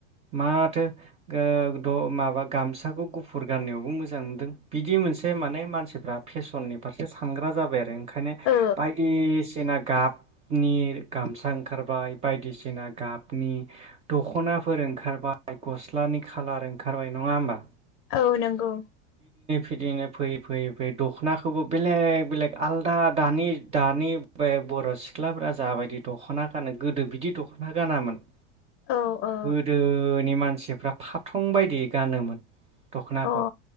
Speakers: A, on the right; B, on the left.
A: माथो <unintelligible> माबा गामसाखौ गुफु फुर गाननायावबो मोजां मोनदों बिदि मोनसे माने मानसिफ्रा फेसननि फारसे सानग्रा जाबाय आरो। खायनो
B: ओ
A: बायदिसिना गाबनि गामसा ओंखारबाय बायदिसिना गाबनि दख'नाफोर ओंखारबाय गस्लानि खालार ओंखारबाय नङा होमबा?
B: औ नोंगौ।
A: बिदिनो फैयै फैयै फैयै दखनाखौबो बेलेग बेलेग आलादा दानि दानि बे बर' सिख्लाफ्रा जाबायदि दख'ना गानो गोदो बिदि दखना गानामोन ।
B: औ औ
A: गोदोनि मानसिफ्रा फाथं बायदि गानोमोन । दखनाखौ
B: अ